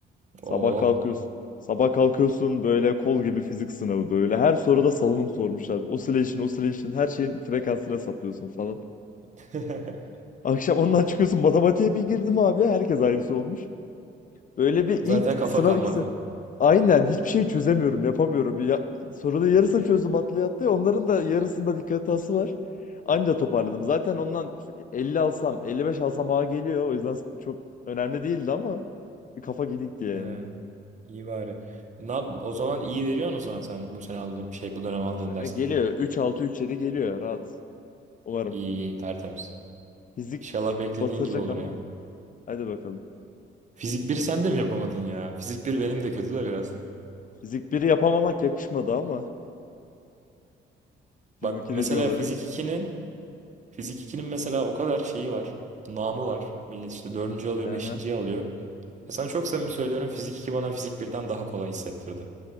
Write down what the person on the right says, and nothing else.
Oo.
<laughs>
Zaten
kafa
kalmadı.
He, iyi bari. Ne yap- o zaman iyi veriyorsun o zaman sen bu sene aldığın şey bu dönem aldığın dersleri.
İyi iyi tertemiz.
İnşallah beklediğin
gibi olur
yani.
Fizik biri sen de mi yapamadın ya? Fizik bir benim de kötü de biraz.
Bak
mesela
fizik ikinin. Fizik ikinin mesela o kadar şeyi var. Namı var. Millet işte dördüncü alıyor,
beşinciyi alıyor. Ya sana çok samimi söylüyorum Fizik 2 bana Fizik birden daha kolay hissettirdi.